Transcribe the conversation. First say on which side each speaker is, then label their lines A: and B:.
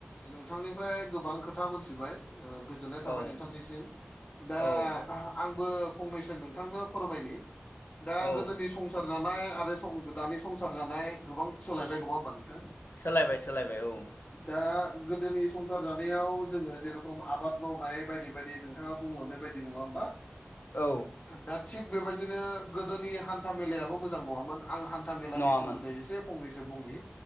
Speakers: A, on the left; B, on the left.
A: नोंथांनिफ्राय गोबां खोथा मोनथिबाय। ओ गोजोननाय थाबाय
B: औ
A: नोंथांनिसिम दा
B: औ
A: आंबो फंनैसो नोंथांनो फोरमायनि दा
B: औ
A: गोदोनि संसार जानाय आरो सं दानि संसार जानाय गोबां सोलायबाय नङा होमबा नोंथां?
B: सोलायबाय सोलायबाय औ।
A: दा गोदोनि संसार जानायाव जोङो जेरेखम आबाद मावनाय बायदि बायदि नों थाङा बुंलांनाय बायदि नङा होमबा।
B: औ
A: दा थिग बेबायदिनो गोदोनि हान्था मेलायाबो मोजां नङामोन आं हान था मेलानि
B: नङामोन
A: सोमोन्दै एसे फंनैसो बुंनि